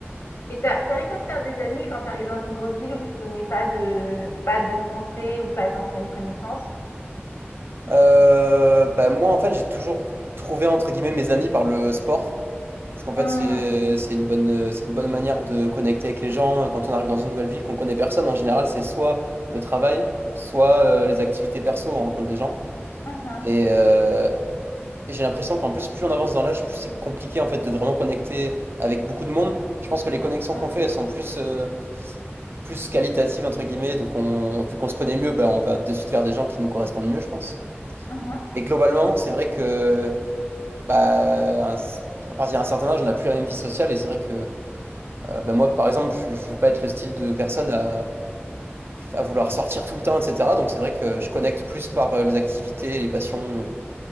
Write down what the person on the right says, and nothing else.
Euh, bah, moi, en fait, j'ai toujours trouvé, entre guillemets, mes amis par le sport. Parce qu'en fait,
c'est, c'est une bonne, euh, c'est une bonne manière de connecter avec les gens. Quand on arrive dans une nouvelle ville, qu'on connaît personne, en général, c'est soit le travail, soit euh, les activités perso, on rencontre des gens.
Et euh, j'ai l'impression qu'en plus, plus on avance dans l'âge, plus c'est compliqué en fait de vraiment connecter avec beaucoup de monde. Je pense que les connexions
qu'on fait, elles sont plus, euh, plus qualitatives, entre guillemets. Donc, on, vu qu'on se connaît mieux, bah, on va de suite vers des gens qui nous correspondent mieux, je pense.
Et globalement, c'est vrai que bah, un- à partir d'un certain âge, on n'a plus la même vie sociale. Et c'est vrai que euh, bah, moi, par exemple, je je veux pas être le style de personne à, à vouloir sortir tout le temps, etc. Donc, c'est vrai que je connecte plus par euh, les activités, les passions. euh,